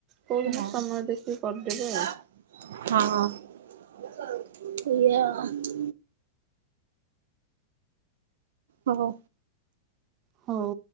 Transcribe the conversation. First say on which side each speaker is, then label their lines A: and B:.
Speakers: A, on the right; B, on the right.
A: କୋଉଦିନ
B: ହଁ
A: ସମୟ ଦେଖିକି କରିଦେବେ
B: ହଁ
A: ଆଉ
B: ହଁ ସେଇଆ ହଵ
A: ହଉ